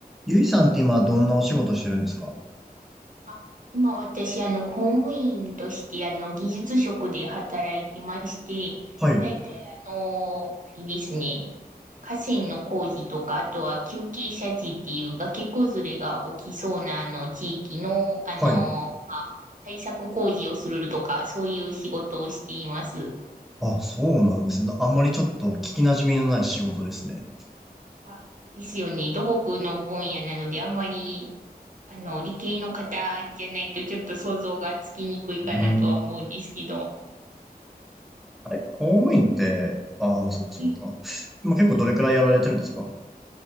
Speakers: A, in the centre; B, on the right.
A: ゆいさんって今どんなお仕事してるんですか
B: あ、今私、あの、公務員として、あの、技術職で働いてまして、
A: はい、
B: だいたい、あの、あれですね、河川の工事とか、あとは急傾斜地っていう崖崩れが起きそうな、あの、地域の、あの、
A: はい。
B: まあ、対策工事をするとか、そういう仕事をしています。
A: あ、そうなんですね。あんまりちょっと聞き馴染みのない仕事ですね。
B: あ、ですよね、土木の分野なので、あんまり、あの、理系の方じゃないと、ちょっと想像がつきにくいかなとは思うんですけど、
A: うん。あれ公務員って、ああ、もうそこそこか。
B: はい
A: 今結構どれくらいやられてるんですか